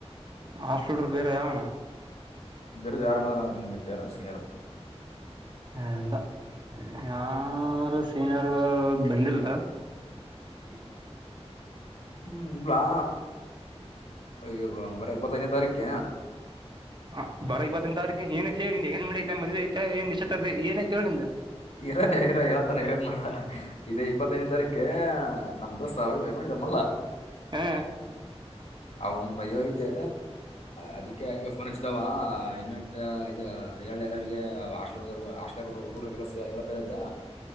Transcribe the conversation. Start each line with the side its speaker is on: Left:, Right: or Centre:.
Right: ಹಾಸ್ಟಡರು ಬೇರೆ ಯಾವನ
Left: ಬರೆದು ಯಾರು ಮಾತ್ರ ನ ನಿ ಮತ್ತ ಯಾರು ಸೀನಿಯರ್
Right: ಎಲ್ಲ ಯಾರು ಸೀನಿಯರ್ಗಳು ಬಂದಿಲ್ಲ
Left: <unintelligible> ಹ್ಮ್ ಇಲಾ ಇ್ಯ ಬರ ಇಪ್ಪತ್ತನೇ ತಾರೀಕ
Right: ಹಾ ಬರೋ ಇಪ್ಪತ್ತನ ತಾರೀಕ ಏನಐತೆ ಹೇಳ ನಿ ಎಗಿ ಐತೆ ಮದುವೆ ಐತ ಏ ನಿಶ್ ಏ ಐತೆ ಹೇಳ ನಿಂದು
Left: ಇರಾನೇ ಇರ ಹೇಳಾತಾನೆ ವೇಟ್ ಮಾಡ ಇದೇ ಇಪ್ಪತ್ತನ ತಾರೀಕ ನಮ್ದ ದೋಸ್ತಾವ ನೋಡ ಲ್ಲ
Right: ಹ್ಮ
Left: ಆ ಒಂದು ಮದುವೆ ಐತೆ ಅದಕ್ಕೆ ಹಂಗೆ ಫೋನ್ ಹಚ್ಚಿದಾವ ಇನ್ವೆ ಇ ಎ ಎಲ್ಲರಿಗೆ ಆಲ ಹ ಹರ್ ಹ ಹುಡಸ ಹಳ್ತ ಇದ್ದ